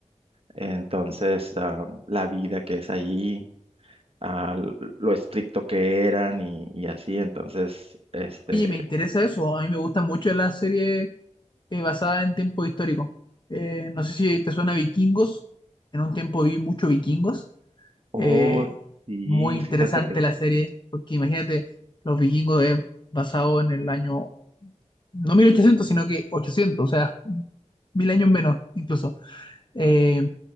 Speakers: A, on the right; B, on the left.
A: entonces ah, la vida que es ahí. ah, l- lo estricto que eran y, y así, entonces, este,
B: Oye, me interesa eso. A mí me gusta mucho la serie eh, basada en tiempo histórico. Eh, no sé si te suena Vikingos. En un tiempo vi mucho Vikingos.
A: Oh,
B: Eh,
A: sí,
B: muy interesante
A: fíjate que,
B: la serie, porque imagínate, los Vikingos es basado en el año, no 1800 sino que 800, o sea, mil años menos incluso. Eh,